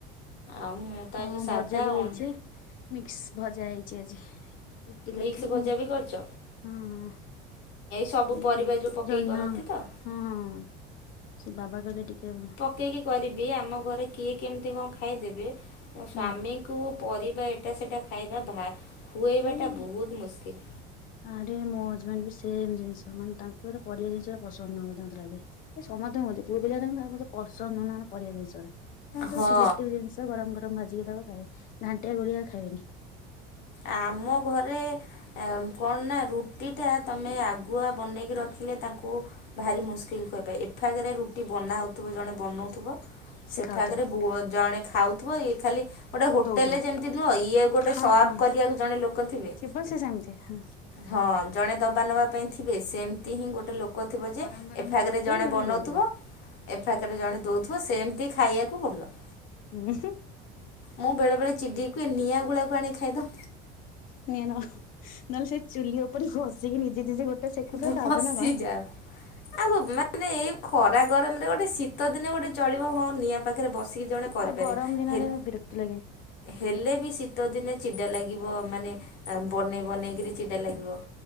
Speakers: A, on the left; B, on the left.
A: ଆଉ ମୁଁ ତ
B: ହଁ
A: ଆଜି ସାଧା
B: ଭଜାବି ହେଇଛି
A: ଅନ୍
B: ମିକ୍ସ ଭଜା ହେଇଛି ଆଜି। ରୁଟି ଖାଇଥିଲି
A: ମିକ୍ସ ଭଜା
B: ମୁଁ
A: ବି କରିଚ
B: ହଁ ହ
A: ସବୁ
B: ଏଇ
A: ପରିବା
B: ଜ
A: ଯୋଉ ପକେଇକି
B: ଜହ୍ନି
A: କରନ୍ତି
B: ହଁ
A: ତ?
B: ହଁଁ। ସେ ବାବା କରେ ଟିକେ ଭ
A: କେଇକି କରିଦିଏ ଆମ ଘରେ କିଏ କେମିତି କ ଖାଇଦେବେ ମୋ ସ୍ଵାମୀ
B: ହୁଁ
A: କୁ କୁ ପରିବା ଏଟା ସେଟା ଖାଇବା ଭା ଖୁଆଇବାଟା
B: ଏ
A: ବହୁତ ମୁସ୍କିଲ୍।
B: ଆରେ ମୋ ହଜବାଣ୍ଡ ବି ସେମ ଜିନିଷ ମାନେ ଟାଙ୍କୁ ଏରା ପରିବା ଜିନିଷ ପସନ୍ଦ ନୁଏ ମତେ ଟେ ଲାଗେ। ଏ ସମସ୍ତେ ହୁଅନ୍ତି ପୁଅ ପିଲାଙ୍କ ରନା ପସନ୍ଦ ନୁହେଁ ନା ପରିବା ଜିନିଷଟା ତାଙ୍କ
A: ହଁ
B: ସବୁ ସେଲେକ୍ଟିବ ଜିନିଷ ତାଙ୍କୁ ଗରମ ଗରମ ଭାଜିକି ଦବ ଖାଇବେ ଘାଣ୍ଟିଆ ଗୁଳିଆ ଖାଇବେନି।
A: ଆମ ଘରେ ଏମ୍ କଣ ନା ରୁଟିଟା ତମେ ଆଗୁଆ ବନେଇକି ରଖିଲେ ତାଙ୍କୁ ଭାରି ମୁସ୍କିଲକ କବେ ଏଫାକରେ ରୁଟି ବନାହେଉଥିବ ଜଣେ ବନଉଥିବ
B: ସେ
A: ସେଫାକରେ
B: ଖାଉଥିବେ
A: ବୁଅ ଜଣେ ଖାଉଥିବ ଇଏ ଖାଲି ଗୋଟେ ହୋଟେଲ
B: ଦଉଥିବେ
A: ଯେମିତି ଦୁଅ ଇଏ ଗୋଟେ
B: ହଁ
A: ସର୍ଭ
B: ହଁ
A: କରିବାକୁ ଜଣେ ଲୋକ ଥିବେ।
B: ଥିବ ସେ ସେମିତି ହଁ।
A: ହଁ ଜଣେ ଦବା ନବା ପାଇଁ ଥିବେ ସେମତି ହିଁ ଗୋଟେ ଲୋ କୋଥିବ
B: ଜଣେ
A: ଯେ
B: ଗରମ ଗରମ
A: ଏଫାକରେ
B: କରୁଥିବେ
A: ଜଣେ ବନଉଥିବ
B: ଦଉଥିବେ
A: ଏଫାକରେ ଜଣେ ଦଉଥିବ ସେମତି ଖାଇବାକୁ ଭଲ।
B: ଉ ହୁଁ ମ୍।
A: ମୁଁ ବେଳେବେଳେ ଚିଡ଼ିକି କୁଏ ନିଆଁ ଗୁଳା କୁ ଆଣିକି ଖାଇଦ
B: ନିଆଁ ନ ନହେଲେ ସେ ଚୁଲି ଉପରେ ଭଷିକି ନିଜେ ନିଜେ ଗୋଟେ ସେକୁ ଥାଅ
A: ବସିଯାଉ।
B: ଖାଉଥାଅ ନା କଣ?
A: ଆଉ କଣ ମାନେ ଏଇ ଖରା ଗରମରେ ଗୋଟେ ଶୀତ ଦିନ ଗୋଟେ ଚଳିବ ହଁ ନିଆଁ ପାଖରେ ବସି ତିକୀ ଜଣେ କରିପାରିବ
B: ଆଉ ଗରମ ଦିନରେ
A: ହେଲ୍
B: ବିରକ୍ତି ଲାଗେ
A: ହେଲେ ବି ଶୀତ ଦିନେ ଚିଡା ଲାଗି ଥିବ ମାନେ ଆ ବନେଇ ବନେଇକରି ଚିଡା ଲାଗିବ।